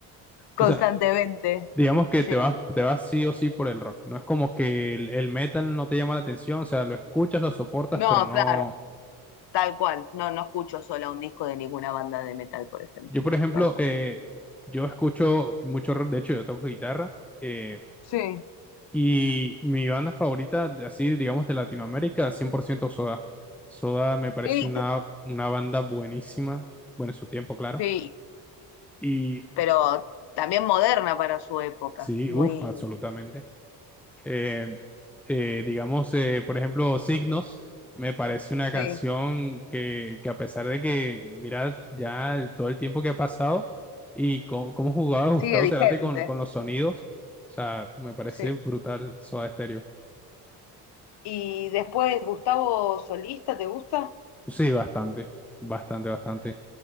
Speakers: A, on the left; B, in the centre.
A: <laughs>
B: o
A: Constantemente,
B: sea, digamos que
A: sí.
B: te vas, te vas sí o sí por el rock. No es como que el, el metal no te llama la atención, o sea, lo escuchas, lo soportas,
A: No,
B: pero no...
A: claro. Tal cual, no, no escucho sola un disco de ninguna banda de metal, por ejemplo,
B: Yo, por ejemplo,
A: tal cual.
B: eh, yo escucho mucho rock, de hecho, yo toco guitarra. eh,
A: Sí.
B: Y mi banda favorita, de- así digamos de Latinoamérica, 100% Soda. Soda me pareció
A: Y
B: una,
A: te-
B: una banda buenísima, bueno, en su tiempo, claro.
A: sí,
B: Y
A: pero también moderna para su época,
B: sí,
A: muy...
B: uff, absolutamente. Eh, eh, digamos, eh, por ejemplo, Signos, me parece una canción
A: Sí,
B: que, que a pesar de que, mira, ya el- todo el tiempo que ha pasado y cómo, cómo jugaba Gustavo
A: sigue vigente.
B: Cerati con, con los sonidos, o sea, me parece
A: Sí.
B: brutal Soda Stereo.
A: Y después, Gustavo Solista, ¿te gusta?
B: Sí, bastante, bastante, bastante.